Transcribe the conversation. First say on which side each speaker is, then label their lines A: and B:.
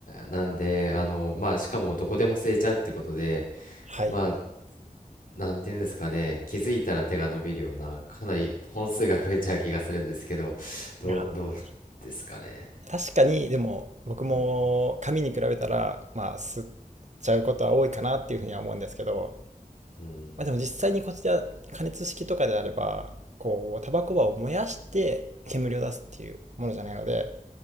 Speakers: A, on the left; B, on the right.
A: なんで、あの、まあ、しかもどこでも吸えちゃうってことで、
B: はい。
A: まあ、
B: い
A: なんていうんですかね、気づいたら手が伸びるような、かなり本数が増えちゃう気がするんですけど、どう、
B: や
A: どうですかね。
B: ー確かに、でも、僕も紙に比べたら、
A: うん
B: まあ、吸っちゃうことは多いかなっていうふうには思うんですけど、
A: うん、
B: まあ、でも実際にこちら加熱式とかであればこうタバコ葉を燃やして煙を出すっていうものじゃないので、